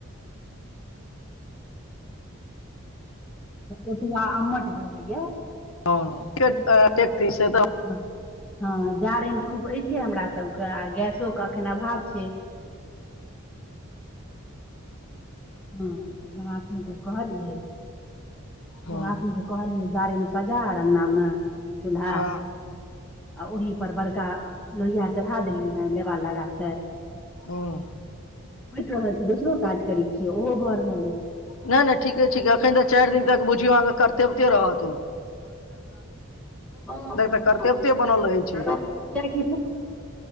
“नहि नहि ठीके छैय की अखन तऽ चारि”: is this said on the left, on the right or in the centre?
Left